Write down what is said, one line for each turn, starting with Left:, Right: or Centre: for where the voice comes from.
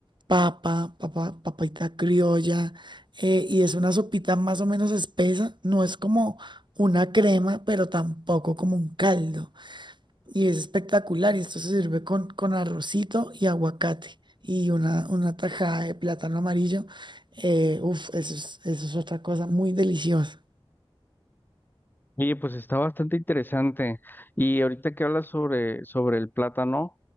Right: papa, papa, papita criolla. eh, y es una sopita más o menos espesa. No es como una crema, pero tampoco como un caldo. Y es espectacular. Y esto se sirve con, con arrocito y aguacate y una, una tajada de plátano amarillo. Eh, uf, eso es, eso es otra cosa muy deliciosa.
Left: Oye, pues está bastante interesante. Y ahorita que hablas sobre, sobre el plátano,